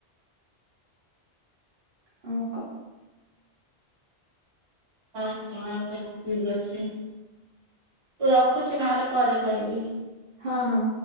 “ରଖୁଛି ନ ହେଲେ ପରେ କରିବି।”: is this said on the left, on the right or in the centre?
Right